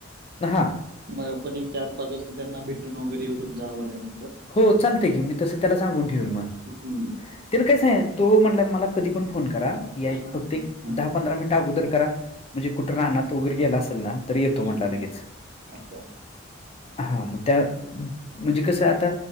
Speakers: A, on the left; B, on the right.
A: हा
B: मग आपण एक चार पाच वाजता त्यांना भेटून वगैरे येऊ तुमचा आवडल्यानंतर.
A: हो चालते की मी तसं त्याला सांगून ठेवन मग
B: हम्म.
A: तिला काय सांग तो म्हटला मला कधी पण फोन करा. याय,
B: हां
A: फक्त
B: हां
A: एक
B: हां
A: दहा -पंधरा मिनिट अगोदर करा. म्हणजे, कुठं रानात वगैरे गेला असेल ना. तर येतो म्हणला
B: हां हां
A: लगेच.
B: अच्छा
A: हा मग त्या. म्हणजे, कसं आता.